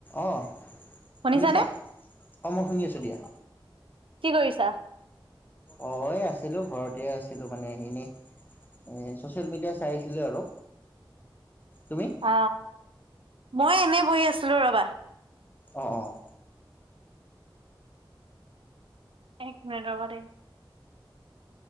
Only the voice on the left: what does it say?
অ
শুনিছা অ মই শুনি আছো দিয়া
অ এই আছিলো ঘৰতে আছিলো মানে এনেই এ ছ'চিয়েল মিডিয়া চাই আছিলো আৰু তুমি
অ অ